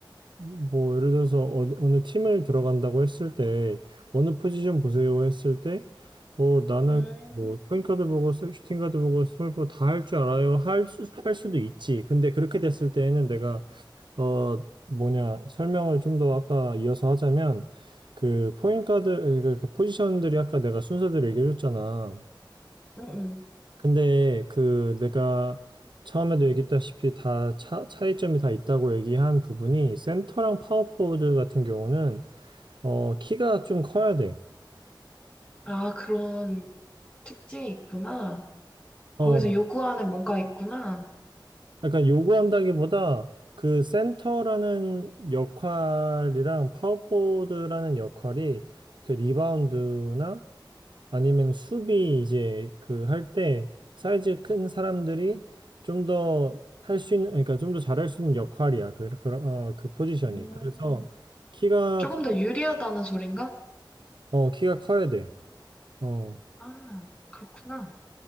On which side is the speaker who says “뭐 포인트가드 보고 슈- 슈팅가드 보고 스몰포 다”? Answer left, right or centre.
Right